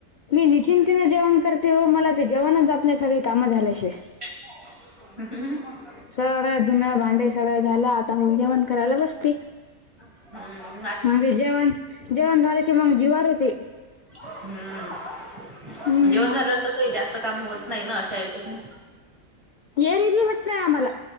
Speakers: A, on the left (about 85°); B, on the right (about 20°).
A: मी निचिंंतने जेवण करते हो मला ते जेवण जातनाय सगळी कामं झाल्याशिवाय
B: हम्म ह ह.
A: सगळ धून भांडे सगळं झालं आता मग जेवण करायला बसते.
B: हम्म.
A: मजे जेवण जेवण झाले की मग जीवार येते.
B: हम्म
A: हम्म
B: जेवण झालंवर तसंई जास्त काम होत नाही ना अश्या यचातन
A: एरी भी होत नाही आमाला